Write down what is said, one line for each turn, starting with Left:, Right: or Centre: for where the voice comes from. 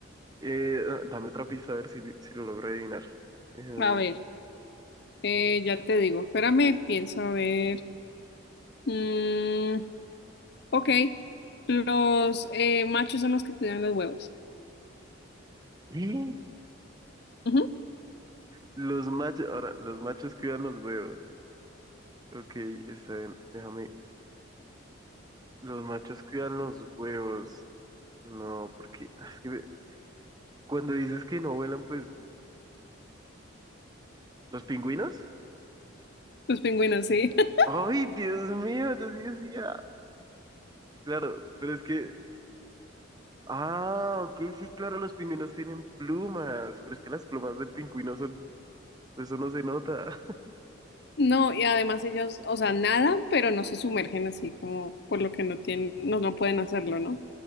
Right: Eh, ah, dame otra pista a ver si, si lo logro adivinar. Eh,
Left: A ver. Eh, ya te digo, espérame, pienso a ver. Mm, ok, los eh, machos son los que cuidan los huevos.
Right: ¿Eh?
Left: Ujú,
Right: los machos, ahora, los machos cuidan los huevos. Ok, está bien, déjame. Los machos cuidan los huevos. No, porque es que me- cuando dices que no vuelan, pues, ¿los pingüinos?
Left: Los pingüinos, sí. <laughs>
Right: ¡Ay, Dios mío! Yo sí decía. Claro, pero es que. Ah, ok, sí, claro, los pingüinos tienen plumas, pero es que las plumas del pingüino son Eso no se nota. <laughs>
Left: No, y además ellos, o sea, nadan, pero no se sumergen así como por lo que no tienen, no, no pueden hacerlo, ¿no?